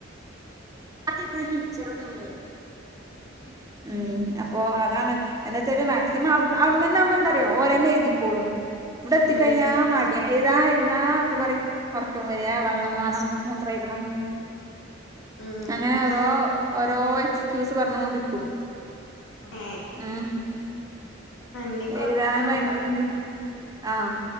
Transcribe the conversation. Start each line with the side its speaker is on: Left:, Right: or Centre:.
Right: <unintelligible> ചെറു തുണി
Left: <inaudible>
Right: ഉം അപ്പൊ അതാണ് എന്താച്ചല് മാക്സിമം അവിടുന്നൊവുമ്പോ എന്താറിയോ ഓരന്നെ എഴുതിക്കോളും ഇവിടെ എത്തിക്കഴിഞ്ഞാ
Left: ഉം
Right: മടി എയ് തായിരുന്നാ അപ്പൊ പറിം ഉറക്കം വരിയാ വള്ളം വാ ണം മൂത്രയി ക്കണം
Left: ഉം
Right: അങ്ങനെ ഓരോ ഓരോ എക്സ്ക്യൂസ് പറഞ് കൊണ്ട് ക്കും
Left: ഏ
Right: ഉം
Left: ഇനിക്ക്
Right: ഏതാനും
Left: ഒറക്കാൻ നോക്കാം
Right: ഭയങ്കര ആഹ്